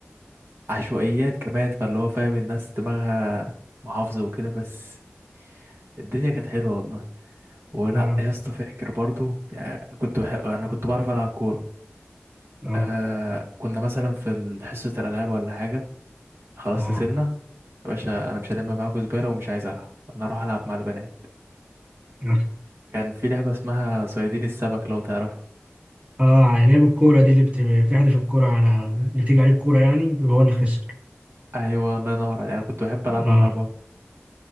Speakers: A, on the right (about 65°); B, on the right (about 30°).
A: عشوائيات كمان فاللي هو فاهم الناس دماغها محافظة وكده بس الدنيا كانت حلوة والله ولا
B: <laughs> اه
A: يا اسطى فاكر برضو يعني كنت بح... انا كنت بعرف العب كورة
B: اه
A: آه كنا مثلا في ال- حصة الالعاب ولا حاجة خلاص
B: اه
A: نزلنا يا باشا انا مش هلم معاكوا زبالة ومش عايز العب انا اروح العب مع البنات
B: <laughs>
A: كان في لعبة اسمها صيادين السمك لو تعرفها
B: اه لعب الكوره دي اللي بت- بتحدف الكوره على اللي بتيجي عليه الكوره يعني بيبقى هو اللي خسر
A: ايوه الله ينور عليك انا كنت بحب العبها
B: اه
A: مع بابا